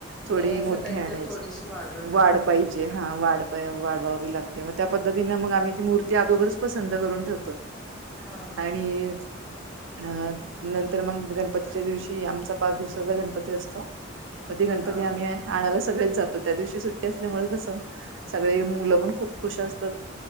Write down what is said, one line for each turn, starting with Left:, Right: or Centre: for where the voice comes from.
Right: थोडी
Centre: जरा असं
Right: मोठी
Centre: काहीतरी
Right: आणायच
Centre: थोडीशी वाढवाय लागते.
Right: वाढ पायी जे हा वाढपायी वाढवावी लागते म त्यापद्धतीने आम्ही ती मूर्त ते अगोगरच पसंत करून ठेवतो
Centre: हा हा
Right: आणि अ नंतर मग गणपतीच्या दिवशी, आमचा पाच दिवसाचा गणपती असतो म ते गणपती
Centre: हा
Right: आम्हीये
Centre: हा
Right: आणायला सगळेच जातो त्या दिवशी सुट्टी असल्यामुळे कस सगळे मुलं पण खूप खुश असतात